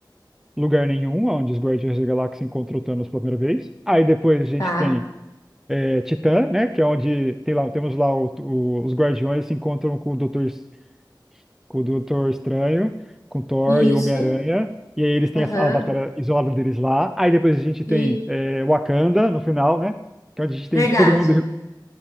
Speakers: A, in the centre; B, on the left (about 45°).
A: Lugar Nenhum, onde os Guardiões da Galáxia encontram o Thanos pela primeira vez. Aí depois a gente
B: tá.
A: tem é, Titã, né? Que é onde tem lá, temos lá o- o- os Guardiões se encontram com o Doutor, S- com o Doutor Estranho, com Thor
B: Isso.
A: e o Homem-Aranha. E aí eles têm
B: Aham.
A: essa- a, batalha isolada deles lá. Aí depois a gente tem
B: E
A: é, Wakanda no final, né? Que é onde a gente
B: verdade.
A: tem todo mundo.